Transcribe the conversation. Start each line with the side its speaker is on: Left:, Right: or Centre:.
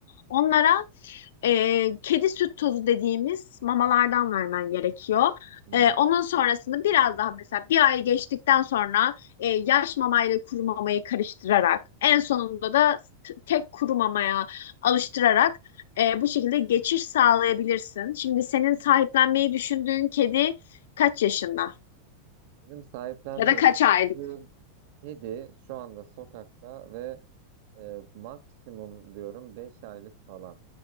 Left: Onlara e, kedi süt tozu dediğimiz mamalardan vermen gerekiyor.
Right: Hmm.
Left: E, onun sonrasında biraz daha mesela bir ay geçtikten sonra e, yaş mamayla kuru mamayı karıştırarak en sonunda da t- tek kuru mamaya alıştırarak e, bu şekilde geçiş sağlayabilirsin. Şimdi senin sahiplenmeyi düşündüğün kedi kaç yaşında?
Right: Benim sahiplenmeyi
Left: Ya da kaç
Right: düşündüğüm
Left: aylık?
Right: kedi şu anda sokakta ve e, maksimum diyorum 5 aylık falan.